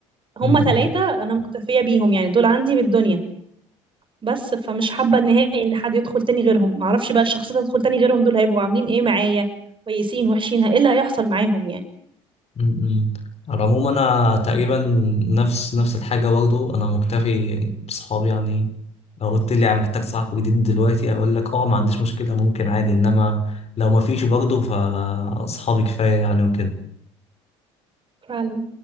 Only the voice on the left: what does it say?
أمم.
م-م. على العموم انا تقريبا نفس نفس الحاجه برضو انا مكتفي بصحابي يعني لو قلت لي يعني محتاج صاحب جديد دلوقتي اقول لك اه ما عنديش مشكله ممكن عادي انما لو ما فيش برضو فاصحابي كفايه يعني وكده